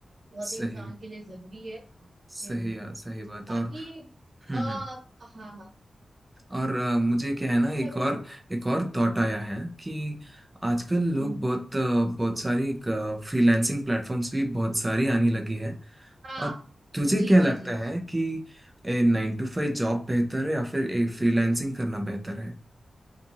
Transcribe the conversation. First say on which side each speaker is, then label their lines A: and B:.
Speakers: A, on the right; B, on the right.
A: बहुत
B: सही
A: ही इंसान के लिए जरूरी है
B: सही
A: हम्म,
B: यार सही बात
A: बाकी
B: और हम्म
A: आ,
B: हम्म
A: हाँ हाँ
B: और अ, मुझे
A: तो
B: क्या
A: यही
B: है ना
A: सब
B: एक और
A: है
B: एक और थॉट आया है कि आजकल लोग
A: हम्म,
B: बहुत अ, बहुत सारी फ्रीलांसिंग प्लेटफॉर्म्स भी बहुत सारी आने लगी है
A: हाँ
B: और तुझे
A: जी
B: क्या लगता
A: जी जी
B: है कि नाइन टू फाइव जॉब बेहतर है या फिर ए फ्रीलांसिंग करना बेहतर है